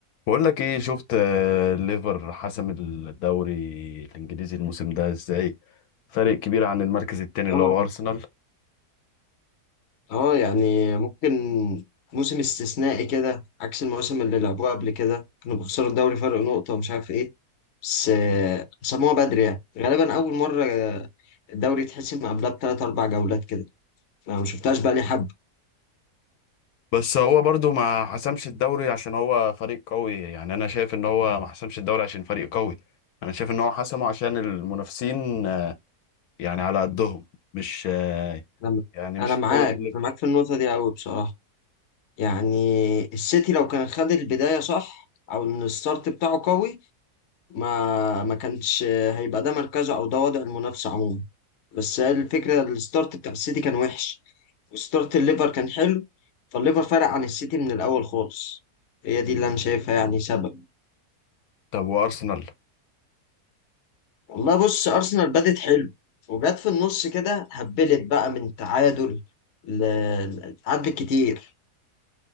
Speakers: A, on the left; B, on the left.
A: بقول لك ايه شفت آه، ليفر حسم الدوري الانجليزي الموسم ده ازاي فرق كبير عن المركز التاني
B: اه
A: اللي هو ارسنال
B: اه يعني ممكن موسم استثنائي كده عكس المواسم اللي لعبوها قبل كده كانوا بيخسروا الدوري فرق نقطة ومش عارف ايه بس آه، سموها بدري يعني غالبا أول مرة آه، الدوري يتحسم قبلها بتلات أربع جولات كده أنا ما شفتهاش بقالي حبة
A: بس هو برضو ما حسمش الدوري عشان هو فريق قوي يعني انا شايف ان هو ما حسمش الدوري عشان فريق قوي انا شايف ان هو حسمه عشان المنافسين آه، يعني على قدهم مش آه،
B: أنا
A: يعني مش
B: أنا
A: في
B: معاك
A: قوة الليفر
B: أنا معاك في النقطة دي أوي بصراحة يعني السيتي لو كان خد البداية صح أو إن الستارت بتاعه قوي ما ما كانش آه، هيبقى ده مركزه أو ده وضع المنافسة عموما بس هي الفكرة الستارت بتاع السيتي كان وحش وستارت الليفر كان حلو فالليفر فرق عن السيتي من الأول خالص هي دي اللي أنا شايفها يعني سبب
A: طب وارسنال
B: والله بص أرسنال بدت حلو وجت في النص كده هبلت بقى من تعادل ل- تعادل كتير